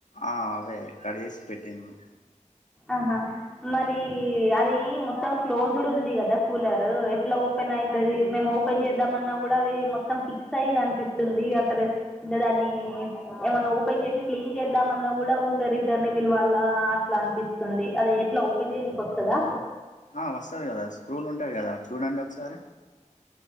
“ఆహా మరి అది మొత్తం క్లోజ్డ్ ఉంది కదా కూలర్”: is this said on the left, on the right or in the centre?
Centre